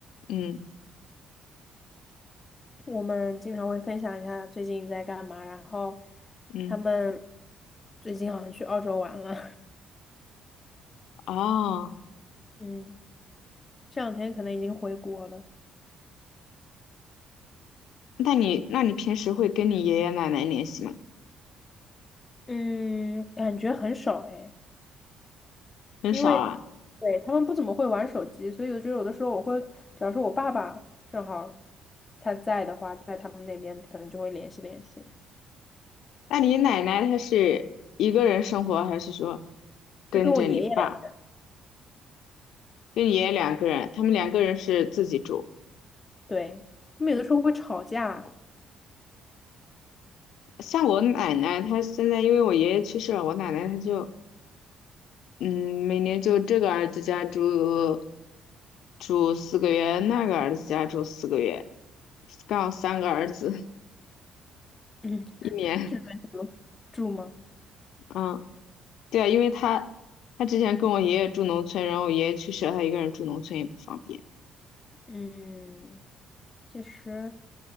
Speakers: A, on the left; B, on the left.
A: 嗯
B: 我们经常会分享一下最近在干嘛，然后
A: 嗯，
B: 他们最近好像去澳洲玩了，
A: 哦，
B: <laughs> 嗯，这两天可能已经回国了，
A: 那你那你平时会跟你爷爷奶奶联系吗？
B: 嗯，感觉很少哎。
A: 很少啊。
B: 因为对他们不怎么会玩手机，所以我觉得有的时候我会，假如说我爸爸正好他在的话，在他们那边可能就会联系联系。
A: 那你奶奶她是一个人生活，还是说跟着你爸，
B: 他跟我爷爷两个，
A: 跟你爷爷两个人？他们两个人是自己住。
B: 对，他们有的时候会吵架，
A: 像我奶奶，她现在因为我爷爷去世了，我奶奶她就嗯，每年就这个儿子家住住四个月，那个儿子家住四个月，刚好三个儿子 <laughs>
B: 嗯
A: 一年。
B: 是轮流住吗？
A: 嗯，对啊，因为他他之前跟我爷爷住农村，然后我爷爷去世了，他一个人住农村也不方便。
B: 嗯，其实，